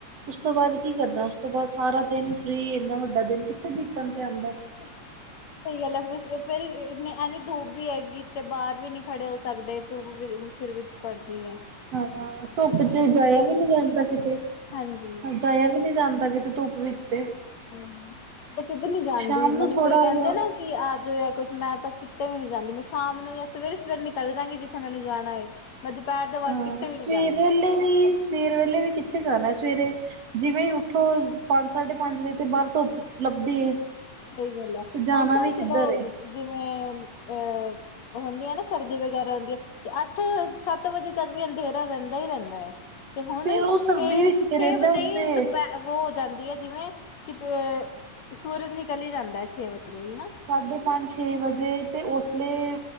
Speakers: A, on the right; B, on the left.
A: ਉਸ ਤੋਂ ਬਾਅਦ ਕੀ ਕਰਨਾ। ਉਸ ਤੋਂ ਬਾਅਦ ਸਾਰਾ ਦਿਨ ਫ੍ਰੀ ਇੰਨਾ ਵੱਡਾ ਦਿਨ ਕਿੱਥੇ ਬੀਤਣ ਤੇ ਆਂਦਾ।
B: ' <unintelligible> ਸਹੀ ਗੱਲ ਏ। ਫਿਰ ਇੰਨੀ ਐਨੀ ਧੂਪ ਵੀ ਹੈਗੀ ਤੇ ਬਾਹਰ ਵੀ ਨੀ ਖੜੇ ਹੋ ਸਕਦੇ ਧੂਪ ਵੀ ਸਿਰ ਵਿੱਚ ਪੜ੍ਹਦੀ ਏ।
A: ਹਾਂ, ਧੁੱਪ ਚ ਜਾਇਆਂ ਦੀ ਏ ਵੀ ਨਹੀਂ ਜਾਂਦਾ ਕਿਤੇ।
B: ਹਾਂਜੀ।
A: ਜਾਇਆ ਵੀ ਨਹੀਂ ਜਾਂਦਾ ਕਿਤੇ ਧੁੱਪ ਵਿੱਚ ਤੇ।
B: ਹਮ ਮਬ ਕਿੱਧਰ ਨੀ ਜਾਂਦੀ
A: ਸ਼ਾਮ ਨੂੰ
B: ਮੈਨੂੰ
A: ਥੋੜਾ
B: ਕੋਈ ਕਹਿੰਦੇ ਨਾ, ਕਿ ਆ ਜਾਇਆ ਕੁਛ ਮੈਂ ਤਾਂ ਕਿਤੇ ਵੀ ਨੀ ਜਾਂਦੀ। ਮੈਂ ਸ਼ਾਮ ਨੂੰ ਜਾਂ ਸਵੇਰੇ-ਸਵੇਰੇ ਨਿਕਲ ਜਾਗੀ ਜਿੱਥੇ ਮੈਨੂੰ ਜਾਣਾ ਹੋਏ। ਮੈਂ ਦੁਪਹਿਰ ਤੋਂ ਬਾਅਦ
A: ਹਾਂ
B: ਕਿਤੇ ਵੀ
A: ਸਵੇਰ
B: ਨੀ ਜਾਂਦੀ।
A: ਵੇਲੇ ਵੀ ਸਵੇਰ ਵੇਲੇ ਵੀ ਕਿੱਥੇ ਜਾਣਾ ਸਵੇਰੇ ਜਿਵੇਂ ਉੱਠੋ ਪੰਜ ਸਾਢੇ ਪੰਜ ਵਜੇ ਤੇ ਬਾਹਰ ਧੁੱਪ ਲੱਭਦੀ ਏ।
B: ਸਹੀ ਗੱਲ ਏ।
A: ਜਾਣਾ
B: ਹੁਣ ਤਾਂ
A: ਵੀ ਕਿੱਧਰ
B: ਚਲੋ
A: ਏ
B: ਜਿਵੇਂ ਅਹ, ਉਹ ਹੁੰਦੀ ਨਾ ਸਰਦੀ ਵਗੈਰਾ ਹੁੰਦੀ ਆ। ਤੇ ਅੱਠ-ਸੱਤ ਵਜੇ ਤੱਕ ਵੀ ਅੰਧੇਰਾ ਰਹਿੰਦਾ ਹੀ ਰਹਿੰਦਾ ਏ। ਤੇ ਹੁਣ
A: ਫੇਰ ਉਹ ਸਰਦੀ
B: ਛੇ
A: ਵਿੱਚ ਤੇ
B: ਛੇ
A: ਰਹਿੰਦਾ
B: ਵਜੇ
A: ਉੱਥੇ
B: ਹੀ ਦੁਪਹਿਰ ਵੋ ਹੋ ਜਾਂਦੀ ਐ ਜਿਵੇਂ ਕਿਤੇ ਸੂਰਜ ਨਿਕਲ ਹੀ ਜਾਂਦਾ ਹੈ ਛੇ ਵਜੇ ਵੀ ਨਾ।
A: ਸਾਡੇ ਪੰਜ-ਛੇ ਵਜੇ ਤੇ ਉਸ ਲਈ